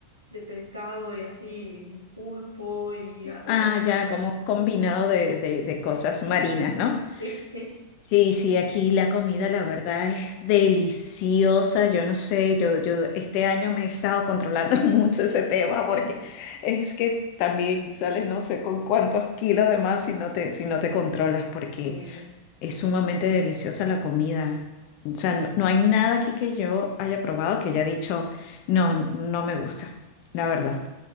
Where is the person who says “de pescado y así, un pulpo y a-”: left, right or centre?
Right